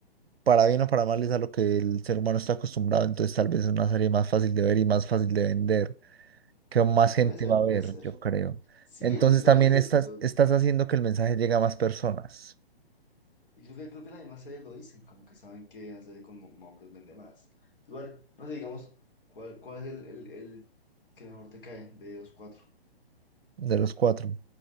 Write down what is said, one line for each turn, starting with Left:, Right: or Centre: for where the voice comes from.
Right: para bien o para mal es a lo que el ser humano está acostumbrado, entonces tal vez es una serie más fácil de ver y más fácil de vender, que más gente
Left: puede ser,
Right: va a
Left: puede
Right: ver,
Left: ser.
Right: yo creo.
Left: Sí,
Right: Entonces
Left: y no,
Right: también
Left: y, lo-
Right: estás,
Left: lo-
Right: estás haciendo que el mensaje llegue a más personas,
Left: y creo que, creo que la misma serie lo dicen, como que saben que hacer con hombres vende más. Igual, no sé, digamos. ¿Cuál, cuál es el, el, el que mejor te cae de los cuatro.
Right: de los cuatro.